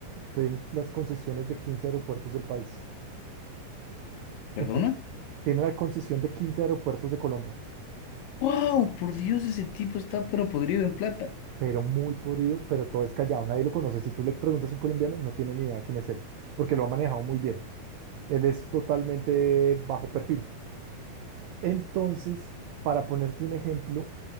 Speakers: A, on the right; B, on the left.
A: tienen las concesiones de 15 aeropuertos del país.
B: ¿Perdona?
A: Entonces, tiene la concesión de 15 aeropuertos de Colombia,
B: Wow, por Dios, ese tipo está pero podrido en plata.
A: pero muy podrido, pero todo es callado, nadie lo conoce. Si tú le preguntas a un colombiano, no tiene ni idea quién es él, porque lo ha manejado muy bien. Él es totalmente bajo perfil. Entonces, para ponerte un ejemplo,